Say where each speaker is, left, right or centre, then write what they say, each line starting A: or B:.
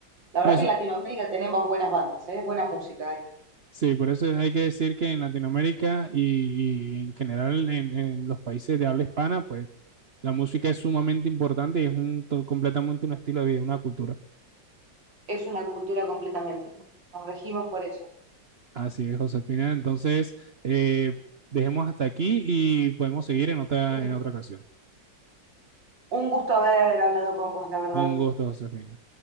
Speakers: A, on the right; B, on the right.
A: La
B: Pues
A: verdad que en Latinoamérica tenemos buenas bandas, ¿eh? Buena música ahí.
B: sí, por eso hay que decir que en Latinoamérica y, y en general en, en los países de habla hispana, pues la música es sumamente importante y es un, to- completamente un estilo de vida, una cultura.
A: Es una cultura completamente. Nos regimos por eso.
B: Así es, Josefina. Entonces, eh, dejemos hasta aquí y podemos seguir en otra,
A: Sí.
B: en otra ocasión.
A: Un gusto haber hablado con vos, la verdad.
B: Un gusto, Josefina.